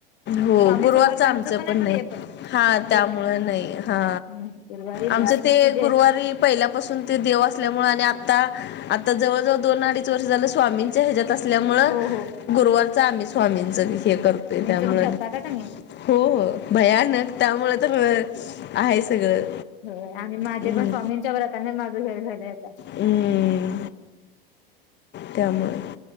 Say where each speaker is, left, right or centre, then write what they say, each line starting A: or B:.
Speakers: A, on the left; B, on the left.
A: हो
B: स्वामी
A: गुरुवारच
B: समर्थांचं
A: आमचं पण
B: आणि
A: नाही
B: ते
A: हा त्यामुळ
B: गुरुवारी
A: नाही
B: होत
A: हा
B: हम्म गुरुवारी नाहीच
A: आमचं ते
B: म्हणजे
A: गुरुवारी पहिल्यापासून ते देव असल्यामुळे आणि आता आता जवळजवळ दोन अडीच वर्ष झालं स्वामीं हजत असल्यामु
B: हो हो
A: गुरुवारचा आम्ही स्वामींच हे करतोय त्यामुळं
B: पग करता का त्ही
A: हो हो भयानक त्यामुळ तर आहे सगळं
B: हो आणि माझे
A: हम्म,
B: पण स्वामींच्या व्रतानेच माझं घेर झालंय आता
A: हम्म त्यामुळे